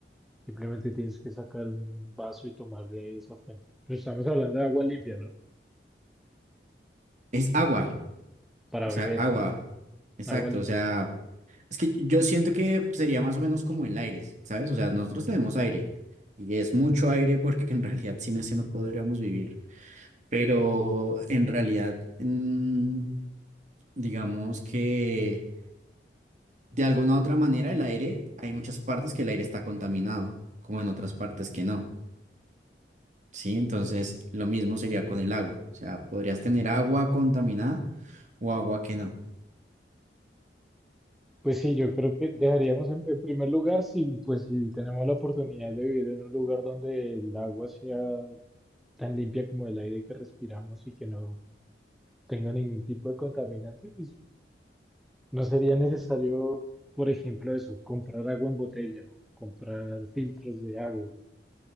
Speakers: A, in the centre; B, on the right.
A: simplemente tienes que sacar un vaso y tomar de esa fuente? Pero estamos hablando de agua limpia, ¿no?
B: Es agua,
A: para
B: o sea,
A: beber
B: agua, exacto,
A: agua limpia.
B: o sea... Es que yo siento que sería más o menos como el aire, ¿sabes? O sea, nosotros tenemos aire y es mucho aire porque en realidad sin ese no podríamos vivir. Pero en realidad, mm, digamos que de alguna u otra manera el aire, hay muchas partes que el aire está contaminado, como en otras partes que no, ¿sí? Entonces, lo mismo sería con el agua. O sea, podrías tener agua contaminada o agua que no.
A: Pues sí, yo creo que dejaríamos en, en primer lugar si, pues, si tenemos la oportunidad de vivir en un lugar donde el agua sea tan limpia como el aire que respiramos y que no tenga ningún tipo de contaminante, pues no sería necesario, por ejemplo, eso, comprar agua en botella o comprar filtros de agua.